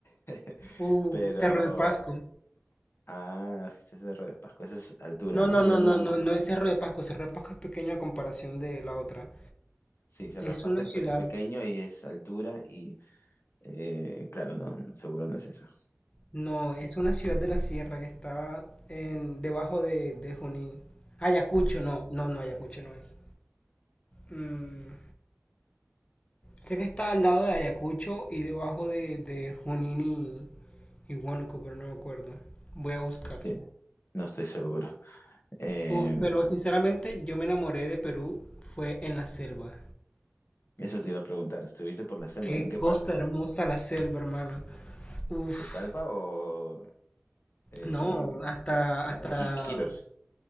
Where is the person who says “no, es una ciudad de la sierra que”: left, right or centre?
Left